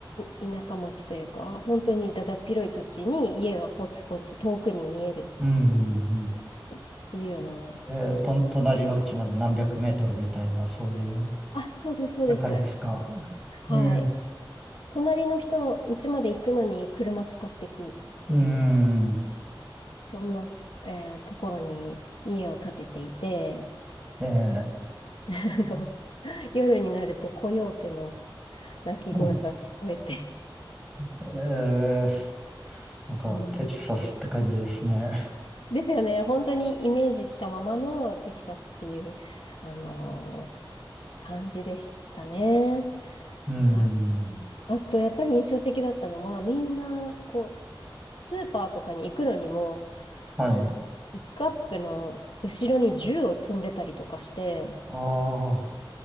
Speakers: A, on the left; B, in the centre.
A: い、田舎町というか、本当にだだっ広い土地に家がポツポツ遠くに見える
B: うん。うん
A: っていうような、
B: えー、
A: あの、
B: と、隣の家まで何百メートルみたいな、そういう
A: あ、そうです、そうです。
B: 世界ですか。
A: はい。
B: えー、
A: 隣の人の家まで行くのに車使っていくっていう、
B: うん。
A: そんな、えーところに家を建てていて、
B: えー、
A: <laughs> あの、夜になるとコヨーテの鳴き声が聞こえて。
B: うんえー、なんかテキサスって感じですね。
A: うん。ですよね。本当にイメージしたままのテキサスっていう、あのー感じでしたね。
B: うん。
A: あ、あと、やっぱり印象的だったのは、みんな、こう、スーパーとかに行くのにも、
B: はい。
A: とピックアップの後ろに銃を積んでたりとかして、
B: ああ。